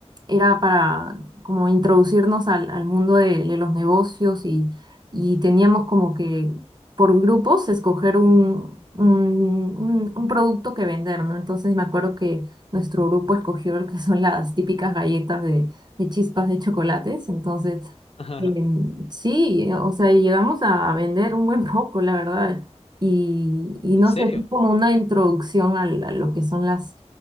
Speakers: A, on the right (about 40°); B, on the left (about 55°).
A: era para como introducirnos al, al mundo de, de los negocios y, y teníamos como que por grupos escoger un, un, un- un producto que vender, ¿no? Entonces me acuerdo que nuestro grupo escogió lo que son las típicas galletas de, de chispas de chocolates. Entonces...
B: <laughs>
A: Em, sí, eh, o sea, y llegamos a vender un buen <laughs> poco, la verdad. Y, y
B: ¿En
A: no
B: serio?
A: sé, fue como una introducción al- a, lo que son las,